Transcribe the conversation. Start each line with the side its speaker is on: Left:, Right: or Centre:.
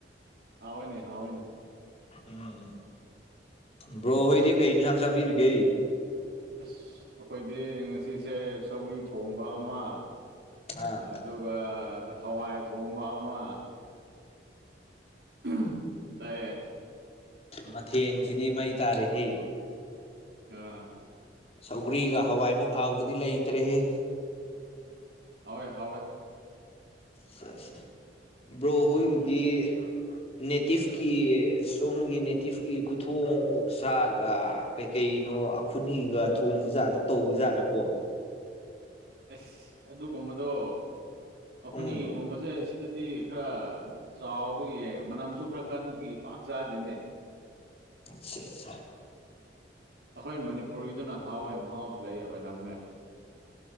Right: ꯍꯥꯎꯋꯦꯅꯦ ꯍꯥꯎꯋꯦꯅꯦ
Left: ꯎꯝ ꯕ꯭ꯔꯣ ꯍꯣꯏꯗꯤ ꯀꯩ ꯏꯟꯁꯥꯡ ꯆꯥꯕꯤꯔꯒꯦ
Right: ꯑꯁ ꯑꯩꯈꯣꯏꯗꯤ ꯉꯁꯤꯁꯦ ꯁꯧꯒ꯭ꯔꯤ ꯊꯣꯡꯕ ꯑꯃ
Left: ꯑꯥ
Right: ꯑꯗꯨꯒ ꯍꯋꯥꯏ ꯊꯣꯡꯕ ꯑꯃ <unintelligible> ꯆꯥꯏꯌꯦ
Left: ꯃꯊꯦꯜꯁꯤꯗꯤ ꯃꯩ ꯇꯥꯔꯦꯍꯦ
Right: ꯑ
Left: ꯁꯧꯒ꯭ꯔꯤꯒ ꯍꯋꯥꯏꯃꯨꯛ ꯍꯥꯎꯕꯗꯤ ꯂꯩꯇ꯭ꯔꯦꯍꯦ
Right: ꯍꯥꯎꯋꯦ ꯍꯥꯎꯋꯦ
Left: ꯁꯦ ꯁꯦ ꯕ꯭ꯔꯣꯍꯣꯏꯒꯤꯗꯤ ꯅꯦꯇꯤꯞꯀꯤ ꯁꯣꯝꯒꯤ ꯅꯦꯇꯤꯞꯀꯤ ꯈꯨꯊꯣꯡ ꯑꯣꯛꯁꯥꯒ ꯀꯩꯅꯣ ꯑꯈꯨꯅꯤꯒ ꯊꯣꯡꯕ ꯖꯥꯠꯇ ꯇꯧꯕꯖꯥꯠꯂꯀꯣ
Right: ꯑꯁ ꯑꯗꯨꯒꯨꯝꯕꯗꯣ ꯑꯈꯣꯏꯅꯤ
Left: ꯎꯝ
Right: ꯒꯨꯝꯕꯁꯦ ꯁꯤꯗꯗꯤ ꯈꯔ ꯆꯥꯎꯕꯒꯤ ꯃꯅꯝꯁꯨ ꯈꯔ ꯀꯟꯕꯒꯤ ꯄꯥꯛ ꯆꯥꯗꯦꯅꯦ
Left: ꯑꯠꯁꯥ ꯑꯠꯁꯥ
Right: ꯑꯩꯈꯣꯏ ꯃꯅꯤꯄꯨꯔꯒꯤꯗꯨꯅ ꯍꯥꯎꯋꯦ ꯃꯍꯥꯎꯁꯨ ꯂꯩ ꯑꯣꯏꯅꯝꯃꯦ